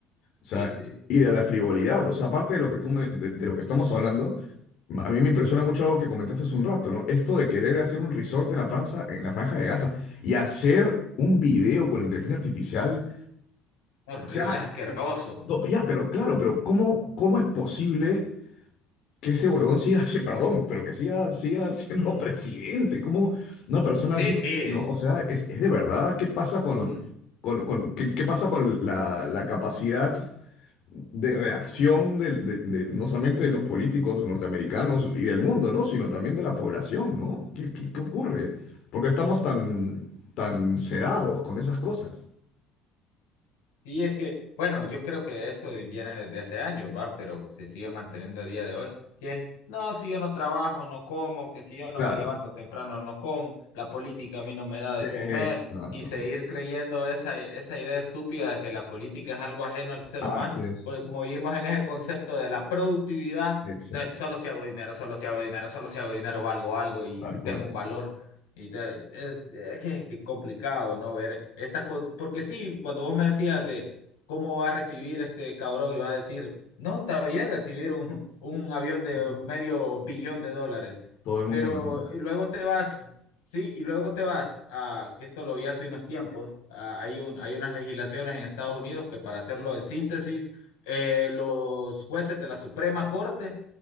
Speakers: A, on the left (about 65°); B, on the left (about 85°).
A: O sea,
B: Sí, sí.
A: y de la frivolidad. O sea, aparte de lo que tú me- de, de lo que estamos hablando, a mí me impresiona mucho algo que comentaste hace un rato, ¿no? Esto de querer hacer un resort en la Franza, en la Franja de Gaza y hacer un video con inteligencia artificial.
B: Horrible,
A: O sea,
B: asqueroso.
A: No, ya, pero claro, pero ¿cómo, cómo es posible que ese huevón siga, si- perdón, pero que siga, siga siendo
B: <laughs>
A: <laughs> presidente? ¿Cómo una persona
B: Sí,
A: así,
B: sí.
A: no? O sea, es, es de verdad, ¿qué pasa con,
B: Un,
A: con, con- qué, qué pasa con la, la capacidad de reacción de, de- de- no solamente de los políticos norteamericanos y del mundo, ¿no? Sino también de la población, ¿no? ¿Qué, qué, qué ocurre? Porque estamos tan, tan sedados con esas cosas.
B: Sí, es que, bueno, yo creo que esto viene desde hace años, va, pero se sigue manteniendo a día de hoy, que es, no, si yo no trabajo, no como, que si yo no
A: Claro.
B: me levanto temprano, no como, la política a mí no me da de
A: Exactamente.
B: comer, y seguir creyendo esa, esa idea estúpida de que la política es algo ajeno al ser
A: Así
B: humano,
A: es.
B: porque como vivimos en ese concepto de la productividad,
A: Exacto.
B: entonces solo si hago dinero, solo si hago dinero, solo si hago dinero valgo algo y,
A: Tal
B: y
A: cual.
B: tengo un valor. Y te- es, es que es que complicado, ¿no? Ver estas cosas. Porque sí, cuando vos me decías de cómo va a recibir este cabrón y va a decir, no, está bien recibir un, <laughs> un avión de
A: Sí.
B: medio billón de dólares.
A: Todo el
B: Pero
A: mundo lo tiene.
B: y luego te vas, sí, y luego te vas a, que esto lo vi hace unos tiempos, a- hay un, hay unas legislaciones en Estados Unidos que para hacerlo en síntesis, eh, los jueces de la Suprema Corte